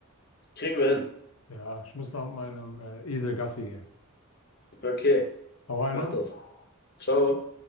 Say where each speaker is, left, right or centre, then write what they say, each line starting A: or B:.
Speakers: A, on the left; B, on the left.
A: Kriegen wir hin.
B: Ja, ich muss noch mit meinem äh, Esel Gassi gehen.
A: Okay,
B: Hau rein,
A: mach
B: ne?
A: das. Ciao.